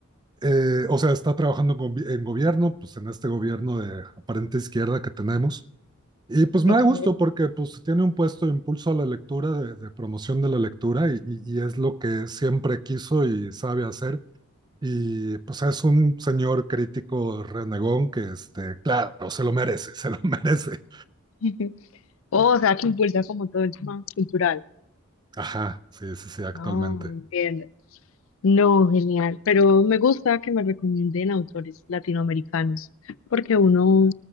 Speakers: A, on the right; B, on the left.
A: Eh, o sea, está trabajando en gobi- en gobierno, pues en este gobierno de aparente izquierda que tenemos. Y pues me
B: Ok.
A: da gusto porque pues tiene un puesto de impulso a la lectura, de, de promoción de la lectura, y, y- y es lo que siempre quiso y sabe hacer. Y pues es un señor crítico renegón que, este, claro, se lo merece, <laughs> se lo merece.
B: <laughs> Oh, o sea, que impulsa como todo el tema cultural.
A: Ajá, sí, sí, sí, actualmente.
B: No, entiendo. No, genial. Pero me gusta que me recomienden autores latinoamericanos, porque uno